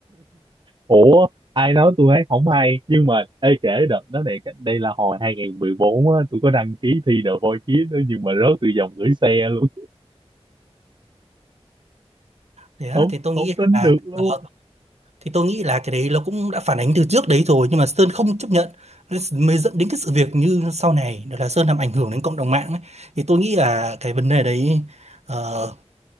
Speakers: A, on the right (about 45°); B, on the right (about 80°).
A: ủa ai nói tôi hát không hay nhưng mà ê kể đợt đó này đây là hồi 2014 á tôi có đăng ký thi The Voice Kids đó nhưng mà rớt từ vòng gửi xe luôn
B: thế á,
A: không
B: thì tôi
A: không
B: nghĩ
A: tin
B: là
A: được luôn
B: ờ, thì tôi nghĩ là cái đấy nó cũng đã phản ánh từ trước đấy rồi nhưng mà Sơn không chấp nhận Nên mới dẫn đến cái sự việc như sau này đó là Sơn làm ảnh hưởng đến cộng đồng mạng ấy. thì tôi nghĩ là cái vấn đề đấy ờ,